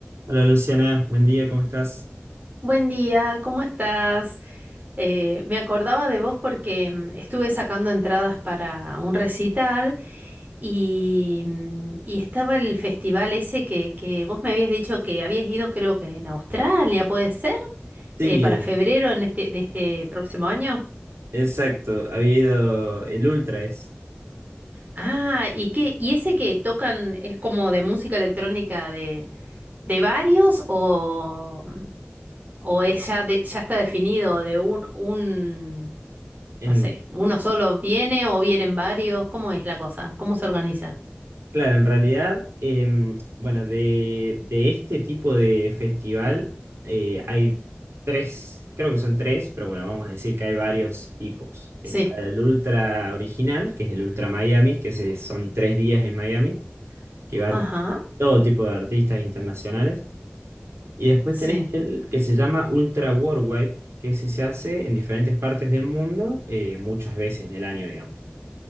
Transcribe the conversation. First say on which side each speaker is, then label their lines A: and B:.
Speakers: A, on the right; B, on the right.
A: Hola Luciana, buen día, ¿cómo estás?
B: Buen día, ¿cómo estás? Eh, me acordaba de vos porque mm, estuve sacando entradas para un recital y, mm, y estaba el festival ese que, que vos me habías dicho que habías ido, creo que en Australia, ¿puede ser?
A: Sí,
B: Eh, para
A: el-
B: febrero en este, de este próximo año.
A: exacto, ha habido el Ultra es.
B: Ah, ¿y qué? ¿Y ese que tocan es como de música electrónica de, de varios o, mm, o es ya, de- ya está definido de un, un
A: En,
B: No sé, ¿uno solo viene o vienen varios? ¿Cómo es la cosa? ¿Cómo se organiza?
A: claro, en realidad, em, bueno, de, de este tipo de festival eh, hay tres, creo que son tres, pero bueno, vamos a decir que hay varios tipos. Está
B: Sí.
A: el Ultra original, que es el Ultra Miami, que se- son tres días en Miami, que van
B: Ajá.
A: todo tipo de artistas internacionales. Y después
B: Sí.
A: tenés el que se llama Ultra Worldwide, que ese se hace en diferentes partes del mundo, eh, muchas veces en el año, digamos.